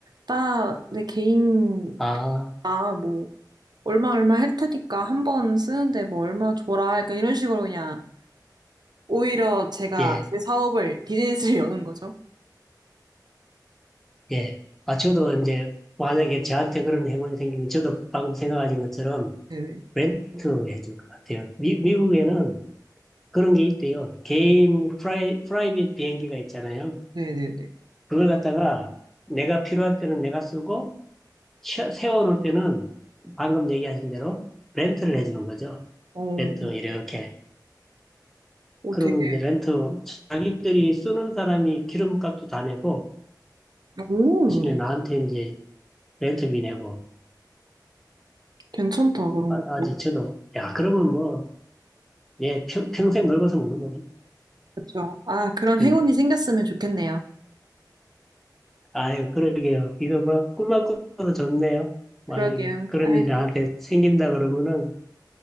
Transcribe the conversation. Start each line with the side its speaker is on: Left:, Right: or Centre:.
Right: 나 내 개인
Centre: 아,
Right: 나 뭐 얼마 얼마 할 테니까 한 번 쓰는데 뭐 얼마 줘라. 약간 이런 식으로 그냥 오히려 제가
Centre: 예,
Right: 제 사업을 비즈니스를 <laughs> 여는 거죠.
Centre: 예. 아, 저도 이제 만약에 저한테 그런 행운이 생기면 저도 방금 생각하신 것처럼
Right: 네네
Centre: 렌트 해줄 것 같아요. 미, 미국에는 그런 게 있대요. 개인 프라이, 프라이빗 비행기가 있잖아요.
Right: 네네네.
Centre: 그걸 갖다가 내가 필요할 때는 내가 쓰고 쉬- 세워놓을 때는 방금 얘기하신 대로 렌트를 해주는 거죠.
Right: 어,
Centre: 렌트 이렇게.
Right: 오
Centre: 그러면
Right: 되게
Centre: 이제 렌트 자기들이 쓰는 사람이 기름값도 다 내고
Right: 오
Centre: 대신에 나한테 이제 렌트비 내고
Right: 괜찮다 그런
Centre: 아,
Right: 것도
Centre: 아 이제 저도 야 그러면 뭐 예 평, 평생 넓어서 먹는 거죠.
Right: 그렇죠. 아 그런
Centre: 그래.
Right: 행운이 생겼으면 좋겠네요.
Centre: 아유, 그러게요. 이거 뭐, 꿈만 꿔도 좋네요. 만약에
Right: 그러게요.
Centre: 그런
Right: 아
Centre: 일이 나한테 생긴다 그러면은